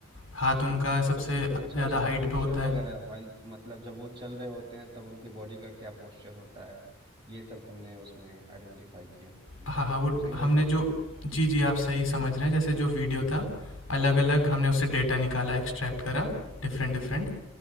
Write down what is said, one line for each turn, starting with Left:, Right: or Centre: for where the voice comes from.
Left: हाथ उनका सबसे
Right: अच्छा
Left: ज़्यादा
Right: उसका
Left: हाइट
Right: पोस्चर
Left: पे होता
Right: वगैरह
Left: है
Right: वाइल मतलब जब वो चल रहे होते हैं तब उनके बॉडी का क्या पोस्चर होता है ये सब तुमने उसमें आइडेंटिफाई किया
Left: हाँ हाँ वो
Right: सही बोल
Left: हमने
Right: रहा हूँ
Left: जो जी जी आप सही समझ रहे हैं जैसे जो वीडियो था अलग अलग हमने उससे डेटा निकाला एक्सट्रैक्ट करा डिफरेंट डिफरेंट